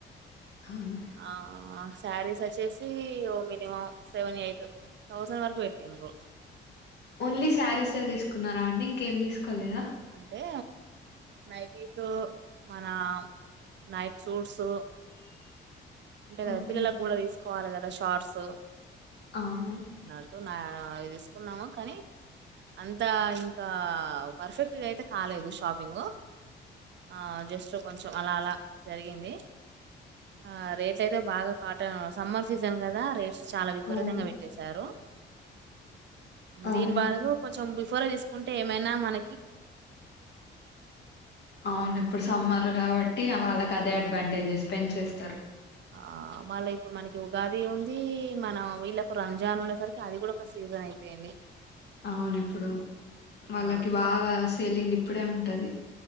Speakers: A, on the left; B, on the right.
A: అవును
B: ఆ శారీస్ వచ్చేసి ఓ మినిమం సెవన్ ఎయిట్ థౌసండ్ వరకు పెట్టిండ్రు
A: ఓన్లీ శారీస్ తీసుకున్నారా అండి ఇంకేం తీసుకోలేదా
B: అంటే నైటిస్ మన నైట్ సూట్స్ ఉంటే
A: ఓకే
B: పిల్లలకు కూడా తీసుకోవాలి కదా షార్ట్స్
A: అవును
B: నటు నా అవి తీసుకున్నాము కానీ అంతా ఇంకా పర్ఫెక్ట్గా అయితే కాలేదు షాపింగ్ ఆ జస్ట్ కొంచెం అలా అలా జరిగింది ఆ రే ఎట్లయితే బాగా కాటన్ సమ్మర్ సీజన్ కదా రేట్స్ చాలా విపరీతంగా
A: అవును
B: పెట్టేశారు
A: అవును
B: దీని బాధ కొంచెం బిఫోర్ తీసుకుంటే ఏమైనా మన
A: అవును ఇప్పుడు సమ్మార్ కాబ టి వాళ్ళకి అదే
B: ఉమ్
A: అడ్వాంటేజెస్ పెంచెస్
B: ఆ మళ్ళీ ఇప్పుడు మనకి ఉగాది ఉంది మనం వీళ్ళ ఒక రంజాన్ ఉన్నేసరికి అది కూడా ఒక సీజన్ అయిపోయింది
A: అవునిప్పుడు వాళ్ళకి
B: ఆ
A: బాగా సేలింగ్ ఇప్పుడే ఉంటది